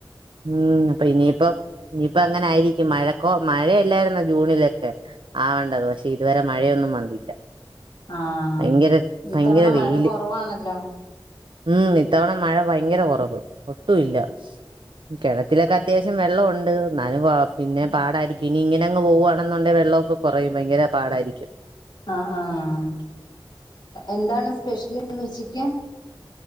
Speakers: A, on the right; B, on the left.
A: ഉം അപ്പൊ ഇനിയിപ്പ ഇനിയിപ്പ അങ്ങനെ ആയിരിക്കും മഴക്ക മഴയല്ലായിരുന്ന ജൂണിലൊക്കെ ആവേണ്ടത് പക്ഷെ ഇതുവരെ മഴയൊന്നും വന്നില്ല
B: ആഹ
A: ഭയങ്കര
B: ഇഈത്തവണ
A: ഭയങ്കര
B: മഴ
A: വെയില്
B: കുറവാണല്ലോ
A: ഉം ഇത്തവണ മഴ ഭയങ്കര കുറവ് ഒട്ടുമല്ല കിണത്തിലൊക്കെ അത്യാവശ്യം വെള്ളംുണ്ട് ഞും പിന്നെ പാടായിരിക്കും ഇനി ഇങ്ങനെ അങ്ങ് പോവുവാണെന്നുണ്ട വെള്ളം െ കുറയും ഭയങ്കര പാടായിരിക്കും
B: ആ ആഹ എന്താണ് സ്പെഷ്യലിന്ന് വച്ചക്ക്